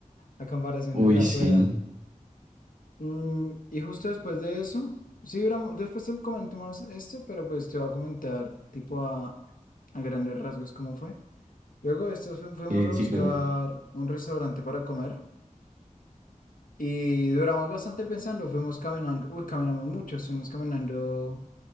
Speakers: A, on the left (about 85°); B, on the right (about 65°).
A: a comparación
B: Uy,
A: del de afuera.
B: sí,
A: Mm, y justo después de eso, sí, hubiéramos- después te comento más esto, pero pues te voy a comentar tipo a, a grandes rasgos cómo fue. Luego de esto fu- fuimos
B: eh,
A: a buscar
B: sí, claro.
A: un restaurante para comer y duramos bastante pensando, fuimos caminando, uy, caminamos mucho, estuvimos caminando.